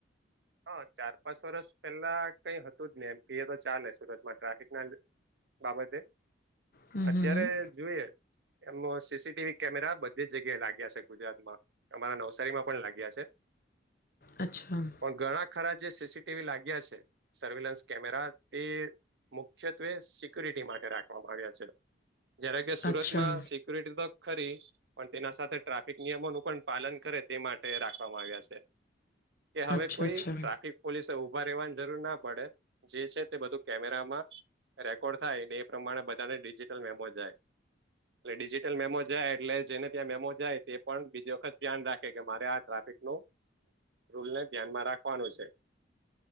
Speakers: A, on the right (about 70°); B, on the left (about 50°).
A: હા ચાર પાંચ વર્ષ પેલા કઈ હતું જ ને એમ તો ચાલે સુરતમાં ટ્રાફિકના બાબતે
B: હમ
A: અત્યારે
B: હમ હમ.
A: જોઈએ એમનો સીસીટીવી કેમેરા બધી જ જગ્યાએ લાગ્યા છે, ગુજરાતમાં અમારા નવસારીમાં પણ લાગ્યા છે.
B: અચ્છા.
A: પણ ઘણા ખરા જે સીસીટીવી લાગ્યા છે, સર્વેલન્સ કેમેરા તે મુખ્યત્વે સિક્યુરિટી માટે રાખવામાં આવ્યા છે, જ્યારે કે સુરતમાં
B: અચ્છા
A: સી ક્યુરિટી તો ખરી પણ તેના સાથે ટ્રાફિક નિયમોનું પણ પાલન કરે તે માટે રાખવામાં આવ્યા છે. કે હવે
B: અચ્છા
A: કોઈ
B: અચ્છા
A: ટ્રાફિક પોલીસે ઉભા રહેવાની જરૂર ના પડે જે છે, તે બધું કેમેરામાં રેકોર્ડ થાય એ પ્રમાણે બધાને ડિજિટલ મેમો જાય એટલે ડિજિટલ મેમો જાય એટલે જેને ત્યાં મેમો જાય તે પણ બીજી વખત ધ્યાન રાખે કે મારે આ ટ્રાફિકનું રૂલ ને ધ્યાનમાં રાખવાનું છે.